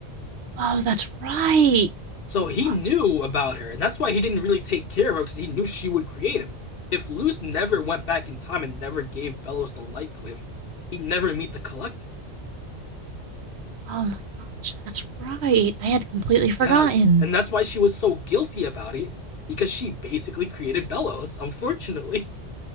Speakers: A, on the right (about 70°); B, on the left (about 55°).
A: Oh, that's right.
B: So he
A: Oh,
B: knew about her, and that's why he didn't really take care of her because he knew she would create him. If Luce never went back in time and never gave Bellows the light cliff, he'd never meet the collector.
A: oh my gosh, that's right. I had completely forgotten.
B: Yes, and that's why she was so guilty about it because she basically created Bellows, unfortunately. <laughs>